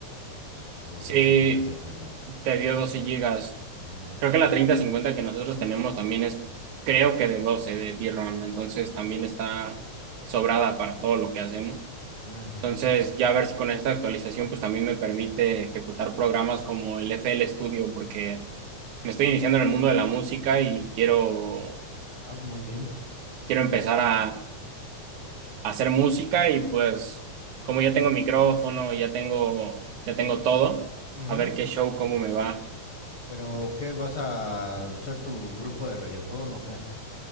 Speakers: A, on the left; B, on the right.
A: por los
B: Sí,
A: doce gigas de VRAM.
B: te dio 12 gigas.
A: Ujú,
B: Creo que la treinta cincuenta que nosotros tenemos también es, creo que de 12 de VRAM, entonces también está sobrada para todo lo que hacemos.
A: ujú.
B: Entonces, ya a ver si con esta actualización pues también me permite ejecutar programas como el FL Studio porque me estoy iniciando en el mundo de la música y quiero
A: Ah, muy bien.
B: quiero empezar a hacer música y pues como ya tengo micrófono, ya tengo, ya tengo todo,
A: Ujú.
B: a ver qué show, cómo me va.
A: Pero, ¿qué vas a ser tu grupo de reggaetón o qué?